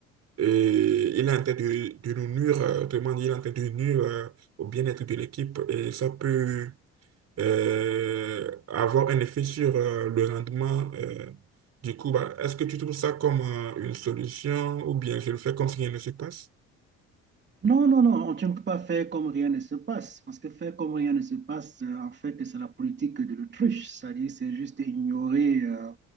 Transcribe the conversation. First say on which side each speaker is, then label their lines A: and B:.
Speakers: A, on the right (about 60°); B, on the right (about 35°).
A: et il est en train de, de nous nuire, euh, autrement dit, il est en train de nuire euh, au bien-être de l'équipe et ça peut euh, avoir un effet sur euh, le rendement euh, du coup, bah, est-ce que tu trouves ça comme euh, une solution ou bien je le fais comme si rien ne se passe?
B: Non, non, non, tu ne peux pas faire comme rien ne se passe, parce que faire comme rien ne se passe, euh, en fait, c'est la politique de l'autruche, c'est-à-dire c'est juste ignorer euh,